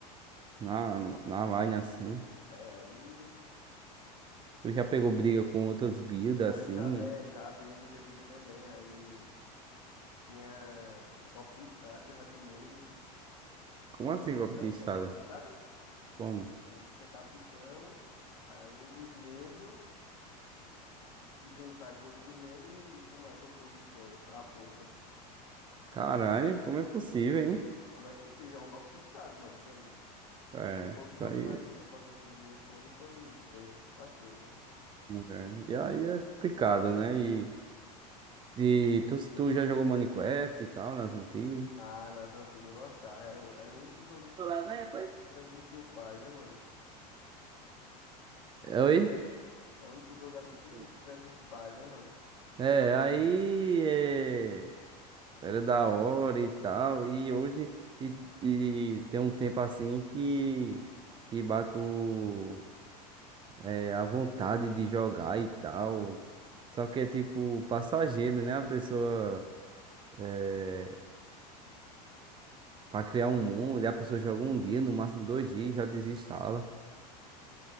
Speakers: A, on the right; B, on the left.
A: Na, na line assim?
B: É, aí,
A: Tu já pegou briga com outras guildas
B: aí
A: assim?
B: já, é, já peguei muita briga também. Aí tinha um golpe de estado que eu já tomei.
A: Como assim golpe
B: Sabe
A: de estado?
B: o que é o golpe de estado?
A: Como?
B: Você ser capitão, aí um dos membros se juntar com outro membro e tomar sua posição, à força.
A: Caralho, como é possível, hein?
B: Como é possível? É um golpe de Estado, mano, isso aí.
A: É,
B: Foi o que
A: isso
B: Bolsonaro
A: aí.
B: tentou fazer com o Lula esse ano e foi preso, quase preso, né?
A: é, E aí é complicado, né? E, e tu, tu já jogou Minecraft e tal, nas antigas?
B: Ah, nas antigas eu gostava. Era, o- era o único joguinho que,
A: Foi lasanha,
B: que, que,
A: foi?
B: que transmitiu paz, né, mano?
A: É, Oi?
B: É o único jogo assim que,
A: Foi.
B: que transmite paz, né, mano?
A: É, aí. é, Era da hora e tal. E hoje e, e tem um tempo assim que, que bato
B: Uhum.
A: é, a vontade de jogar e tal.
B: Hum.
A: Só que é tipo passageiro, né? A pessoa é, para criar um mundo, e a pessoa joga um dia, no máximo dois dias, já desinstala.